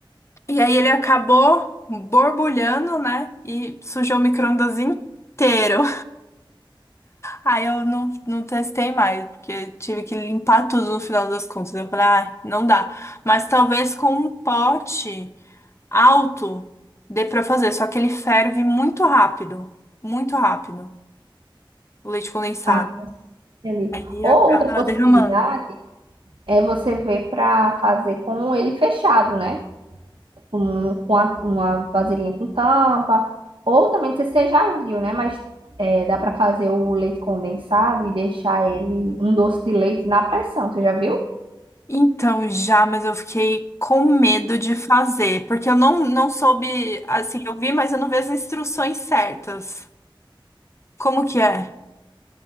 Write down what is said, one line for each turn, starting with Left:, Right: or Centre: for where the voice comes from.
Left: E aí ele acabou borbulhando, né? E sujou o micro-ondas inteiro. Aí eu não, não testei mais, porque tive que limpar tudo no final das contas. Eu falei, ah, não dá. Mas talvez com um pote alto dê pra fazer, só que ele ferve muito rápido, muito rápido, o leite condensado.
Right: Ah, entendi.
Left: Aí
Right: Ou
Left: acaba
Right: outra possibilidade
Left: derramando.
Right: é você ver para fazer com ele fechado, né? Com, com a- uma vasilhinha com tampa. Ou também, não sei se você já viu, né? Mas é, dá para fazer o leite condensado e deixar ele um doce de leite na pressão. Você já viu?
Left: Então, já, mas eu fiquei com medo de fazer, porque eu não, não soube, assim, eu vi, mas eu não vi as instruções certas. Como que é?